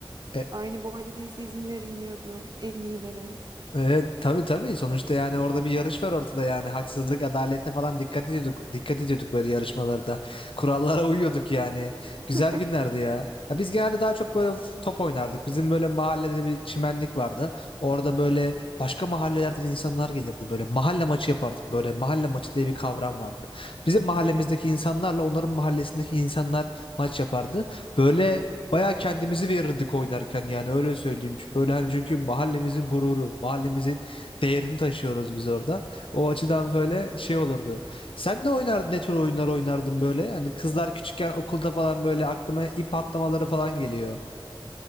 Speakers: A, on the left (about 75°); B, on the right (about 50°).
A: E,
B: Aynı boyda değilse izin verilmiyordu en iyilere.
A: Evet tabii tabii sonuçta yani orada bir yarış var ortada yani haksızlık adalete falan dikkat ediyorduk dikkat ediyorduk böyle yarışmalarda kurallara uyuyorduk yani güzel
B: <laughs>
A: günlerdi ya. Ya biz genelde daha çok böyle top oynardık bizim böyle mahallede bir çimenlik vardı orada böyle başka mahallelerden insanlar gelirdi böyle mahalle maçı yapardık böyle mahalle maçı diye bir kavram vardı bizim mahallemizdeki insanlarla onların mahallesindeki insanlar maç yapardı böyle Bayağı kendimizi verirdik oynarken yani öyle söyleyeyim. Çünkü böyle hani çünkü mahallemizin gururu, mahallemizin değerini taşıyoruz biz orada. O açıdan böyle şey olurdu. Sen de oynardın, ne tür oyunlar oynardın böyle? Hani kızlar küçükken okulda falan böyle aklıma ip atlamaları falan geliyor.